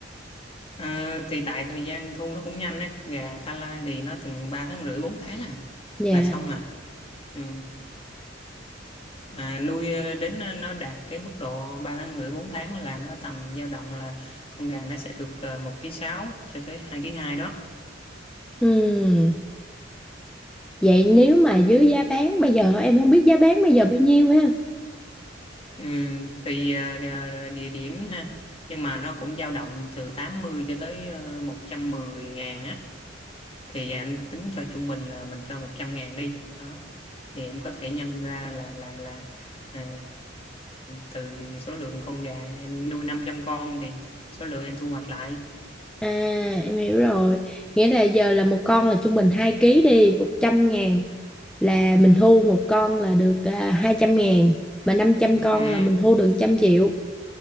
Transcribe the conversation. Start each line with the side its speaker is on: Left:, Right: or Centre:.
Left: Ờ, thì tại thời gian thu nó cũng nhanh ấy gà ta lai thì nó từng ba tháng rưỡi 4 tháng à
Centre: Dạ.
Left: là xong à ừ. mà nuôi ờ, đến nó nó đạt cái mức độ ba tháng rưỡi 4 tháng là nó tầm dao động là con gà nó sẽ được ờ, một ký sáu cho tới hai ký hai đó
Centre: Ừm, Vậy nếu mà dưới giá bán bây giờ em không biết giá bán bây giờ bao nhiêu ha.
Left: ừ. tùy ờ, địa địa điểm ha nhưng mà nó cũng dao động từ 80 cho tới ờ, một trăm mười ngàn á thì anh tính cho trung bình là mình cho một trăm ngàn đi đó thì em có thể nhân ra là là là ờ, từ số lượng con gà em nuôi năm trăm con thì số lượng em thu hoạch lại
Centre: À, em hiểu rồi. Nghĩa là giờ là một con là trung bình 2 ký đi, một trăm ngàn là mình thu một con là được à, hai trăm ngàn mà 500 con
Left: ừ
Centre: là mình thu được một trăm triệu